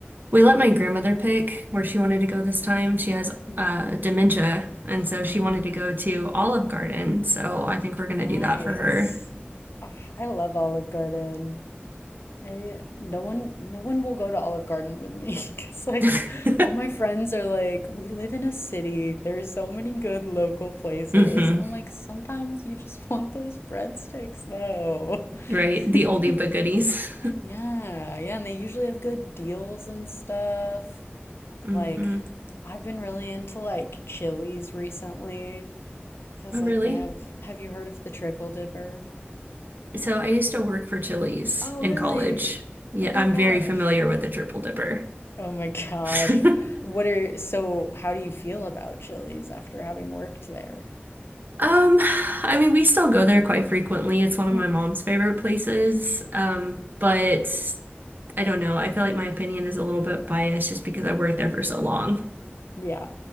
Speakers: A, on the right; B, on the left.
A: we let my grandmother pick where she wanted to go this time. She has
B: mm,
A: uh, dementia, and so
B: mm,
A: she wanted to go to Olive Garden. So I think we're going
B: nice.
A: to do that for her.
B: Ah, I love Olive Garden. I no one no one will go to Olive Garden with me <laughs> because like
A: <laughs>
B: all my friends are like, we live in a city. There's so many good local places.
A: hmm
B: And I'm like, sometimes you just <laughs> want those breadsticks though.
A: Right? The
B: <laughs>
A: oldie but goodies.
B: Yeah, yeah, and they usually have good deals and stuff.
A: <laughs> hmm
B: Like I've been really into like Chili's recently. Because,
A: Oh,
B: like,
A: really?
B: they have. Have you heard of the Triple Dipper?
A: So I used to work for Chili's
B: Oh,
A: in
B: really?
A: college. Yeah,
B: Oh my
A: I'm
B: gosh.
A: very familiar with the triple dipper.
B: Oh my gosh.
A: <laughs>
B: What are. So, how do you feel about Chili's after having worked there?
A: Um, I mean, we still go there quite frequently. It's one of
B: Hmm.
A: my mom's favorite places. Um, but I don't know. I feel like my opinion is a little bit biased just because I worked there
B: hmm
A: for so long.
B: Yeah.